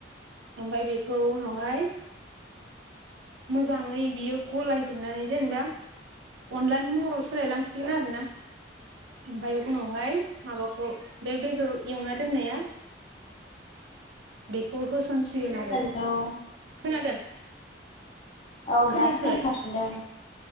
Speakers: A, on the right; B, on the left.
A: ओमफ्राय बेखौ उनावहाय मोजाङै बियो गलायजोबनानै जेनेबा अनलानि महराव सोलायलांसिगोन आरोना ओमफ्राय उनावहाय माबाखौ बे बेदर एवना दोननाया बेखौ होसनसिगोन आरो
B: हेलौ
A: खोनादों
B: औ
A: खोनायाखै
B: दासो खोनाफिनदों
A: ए